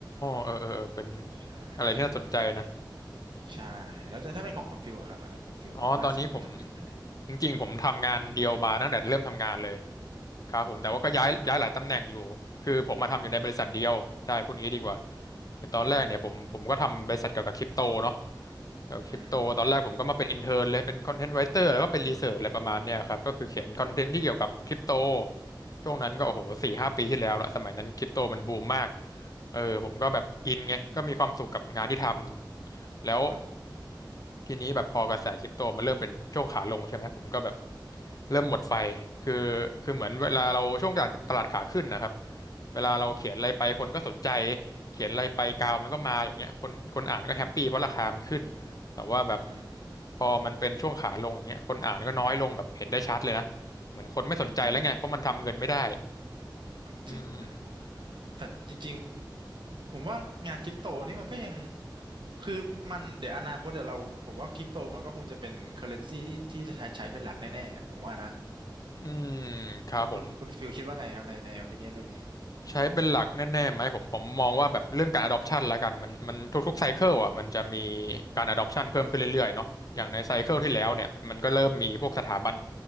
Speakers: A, on the left; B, on the right.
A: เออเออเออเป็น
B: ใช่ใช่
A: อะไรที่น่าสนใจนะ
B: ใช่แล้วจะถ้าเป็นของคุณฟิลอะครับอันนี้คุณฟิลล่าสุดตอนนี้ทำงานอะไร
A: อ๋อตอนนี้ผมจริงๆผมทำงานเดียวมาตั้งแต่เริ่มทำงานเลยครับผมแต่ว่าก็ย้ายย้ายหลายตำแหน่งอยู่
B: โอ้
A: คือผมมาทำอยู่ในบริษัทเดียวใช่พูดงี้ดีกว่า
B: โอ้
A: คือตอนแรกเนี่ยผมผมก็ทำบริษัทเกี่ยวกับคริปโตเนาะ
B: อืม
A: เกี่ยวกับคริปโตตอนแรกผมก็มาเป็นอินเท
B: อืม
A: n ร์เลย เป็นคอนเทนต์ไรเตอร์แล้วก็เป็นรีเสิร์ชอะไรประมาณเนี้ยครับ ก็คือเขียนคอนเทนต์ที่เกี่ยวกับคริปโต
B: โอ้
A: ช่วงนั้นก็โอ้โหสี่ห้าปีที่แล้วละสมัยนั้นคริปโตมันบูมมาก
B: ครับผม
A: เออผมก็แบบอินไงก็มีความสุขกับงานที่ทำ แล้ว
B: ครับ
A: ทีนี้แบบพอกระแสคริปโตมันเริ่มเป็นช่วงขาลงใช่ไหมผมก็แบบเริ่มหมดไฟ คือคือเหมือนเวลาเราช่วงตลาดตลาดขาขึ้นนะครับ
B: อืม
A: เวลาเราเขียนอะไรไปคนก็สนใจเขียนอะไรไปกาวมันก็มาอย่างเงี้ยคนคนอ่านก็แฮปปี้เพราะราคามันขึ้น
B: อืม
A: แต่ว่าแบบ
B: อืม
A: พอมันเป็นช่วงขาลงอย่างเงี้ยคนอ่านก็น้อยลงแบบเห็นได้ชัดเลยนะเหมือนคนไม่สนใจแล้วไงเพราะมันทำเงินไม่ได้
B: อืมก็จริงฮะ
A: อืม
B: แต่จริงๆผมว่างานคริปโตนี่มันก็ยังคือมันเดี๋ยวอนาคตเดี๋ยวเราผมว่าคริปโตมันก็คงจะเป็นเคอเรนซีที่ที่จะใช้ใช้เป็นหลักแน่ๆผมว่านะ
A: อืมครับผม
B: คุณคุณคุณฟิลคิดว่าไงครับในในอภินิยนเรื่องนี้
A: ใช้เป็นหลักแน่ๆไหมผมผมมองว่าแบบเรื่องการ adoption ละกันมันมันทุกๆไซเคิลอ่ะมันจะมีการ adoption เพิ่มขึ้นเรื่อยๆเนาะอย่างในไซเคิลที่แล้วเนี่ยมันก็เริ่มมีพวกสถาบัน